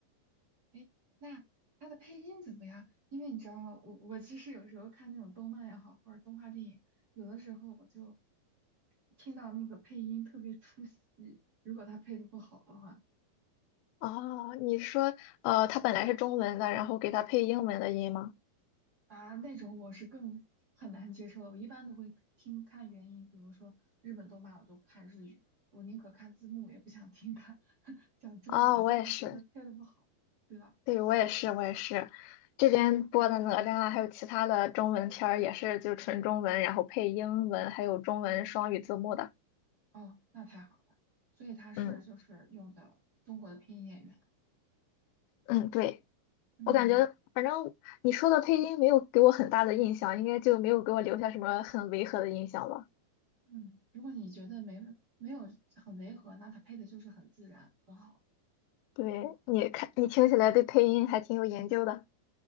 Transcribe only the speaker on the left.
哦，你是说，呃，它本来是中文的，然后给它配英文的音吗？
啊，我也是。
对，我也是，我也是，这边播的哪吒啊还有其他的中文片儿也是就是纯中文，
然后配英文，还有中文双语字幕的。
嗯嗯，对，
我感觉反正你说的配音没有给我很大的印象，应该就没有给我留下什么很违和的印象吧？
对，你看你听起来对配音还挺有研究的。